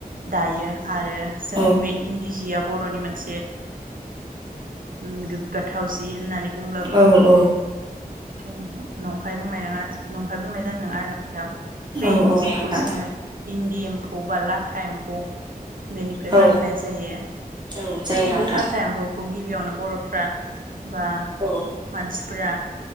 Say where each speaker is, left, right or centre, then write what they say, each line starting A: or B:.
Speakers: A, on the right (about 65°); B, on the right (about 30°).
A: दायो आरो जोंनि
B: औ
A: बे इन्दि जिया बरनि मोनसे उम गोग्गाथाव जि होननानै बुंब्लाबो
B: औ औ
A: उम नंखाय बुंनाय नङा नं खाय बुंनाय जानाय नङा आरो नोंथां बे
B: औ
A: इन्दि जिखौ
B: नोंथां
A: जोङो इन्दि एमफु औबा लाथा एम्फौ बेनिफ्राय
B: औ
A: बाननाय जायो
B: औ जायो नोंथां
A: बे लाथा एम्फौखौ गिबियावनो बर फ्रा बा
B: औ
A: मानसिफोरा